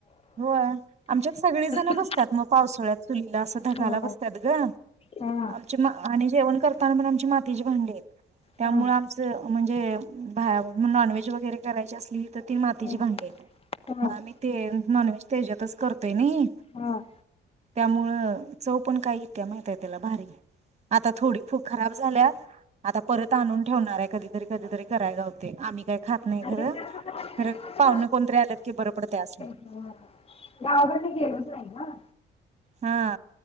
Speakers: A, on the right; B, on the left.
A: होय आमच्यात सगळी जण
B: किती
A: बसतात मग पावसाोळ्यात. चुलीला असं धगाला
B: होय
A: बसतात ग
B: हा
A: आमचे म आणि जेवण करता त्यामुळं आमची मातीची भांडी आहेत. त्यामुळ
B: हा
A: आमचं म्हणे ते बाहेरून नॉनव्हेज वगैरे करायची असली तर ती मातीची
B: हा
A: भांडी हाईत
B: हा
A: मग आम्ही ते नॉन व्हेज त्याच्यातच करतोय नी.
B: हा
A: त्यामुळं चव पण काय येत्या माहितय त्याला भारी. आता थोडी फूक खराब झाल्यात. आता परत आणून ठेवणार हाय कधीतरी- कधीतरी कराय गावतय. आम्ही काय खात नाही
B: आणि
A: खरं
B: त्यात कसं कधी किती
A: खरं पावन कोणतरी आलत की बरं पडतय असन.
B: ह गावाकडन गेलोच नाही गं.
A: हा